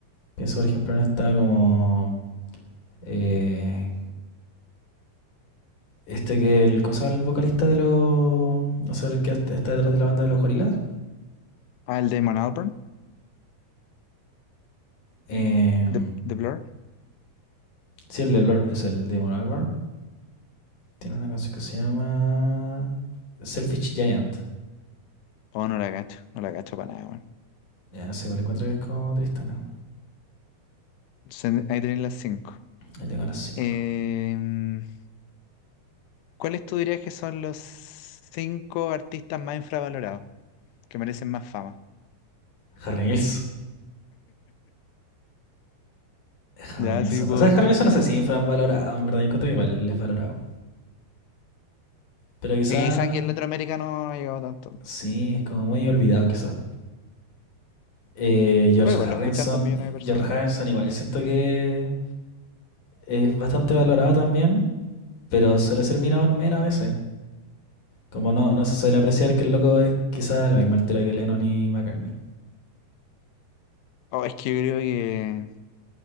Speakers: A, on the left; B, on the left.
A: Pienso, por ejemplo, en esta como. eh, este que el. ¿Cómo se llama el vocalista de los. O sea, el que está detrás de la banda de los gorilas?
B: Ah, el Damon Albarn,
A: Em,
B: de, de Blur.
A: sí, el de Blur, es el de Damon Albarn. Tiene una canción que se llama. Selfish Giant.
B: Oh, no la cacho, no la cacho para nada, weón.
A: Ya, sí, igual encuentro que es como tristana.
B: Se- Ahí tenéis las cinco.
A: Ahí tengo las 5.
B: Em, ¿cuáles tú dirías que son los cinco artistas más infravalorados, que merecen más fama?
A: Harry Nilsson. Harry
B: Ya
A: Nilsson.
B: sí puedo
A: O sea,
B: ver
A: Harry
B: por
A: Nilsson
B: qué.
A: no sé si infravalorado, en verdad. Yo encontré que igual es valorado. Pero quizá,
B: Y quizá aquí en Latinoamérica no, no ha llegado tanto.
A: sí, es como muy olvidado quizá. Eh, George
B: Pero igual,
A: Harrison.
B: lo escuchan dos millones de personas.
A: George Harrison igual yo siento que es bastante valorado también. Pero suele ser mirado en menos a veces. Como no, no se suele apreciar que el loco es quizá a la misma altura que Lennon y McCartney.
B: Oh, es que yo creo que.